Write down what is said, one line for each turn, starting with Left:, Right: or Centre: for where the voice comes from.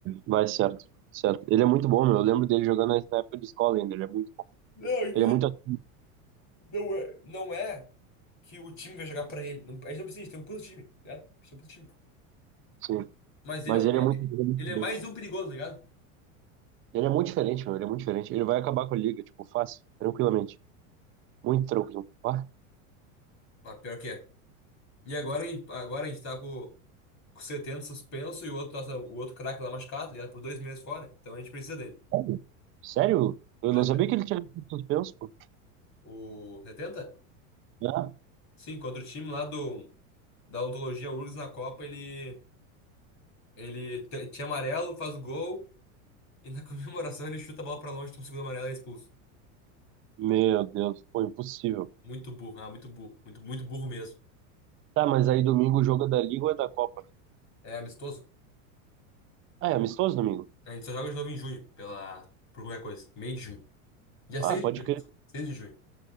Right: vai certo, certo. Ele é muito bom, meu. Eu lembro dele jogando na época de escola ainda. Ele é muito bom.
Left: Não, tipo
Right: Ele
Left: assim,
Right: é muito ativo,
Left: Não é, não é que o time vai jogar pra ele. Não, a gente não precisa disso, tem um puto time, tá ligado? A gente tem um puto time.
Right: sim.
Left: Mas
Right: Mas
Left: ele é um. Ele,
Right: ele é muito, ele é muito
Left: ele
Right: diferente.
Left: é mais um perigoso, tá ligado?
Right: Ele é muito diferente, meu. Ele é muito diferente. Ele vai acabar com a liga, tipo, fácil, tranquilamente. Muito tranquilo. Ah,
Left: Mas pior que é. E agora, agora a gente tá com, com o Seteno suspenso e o outro, nossa, o outro craque lá machucado, tá ligado? Por dois meses fora. Então a gente precisa dele.
Right: sério? Sério? Eu
Left: Dois
Right: não sabia
Left: meses.
Right: que ele tinha sido suspenso, pô.
Left: O setenta
Right: Ah,
Left: Sim, contra o time lá do, da ontologia URGS na Copa, ele, ele t- tinha amarelo, faz o gol e na <laughs> comemoração ele chuta a bola pra longe, toma o segundo amarelo e é expulso.
Right: meu Deus, pô, impossível.
Left: Muito burro, ah, muito burro, muito, muito burro mesmo.
Right: Tá, mas aí domingo o jogo é da Liga ou é da Copa?
Left: É amistoso.
Right: Ah, é amistoso domingo?
Left: A gente só joga de novo em junho, pela... por qualquer coisa. Meio de junho. Dia 6
Right: Ah, pode
Left: de junho.
Right: crer.
Left: 6 de junho.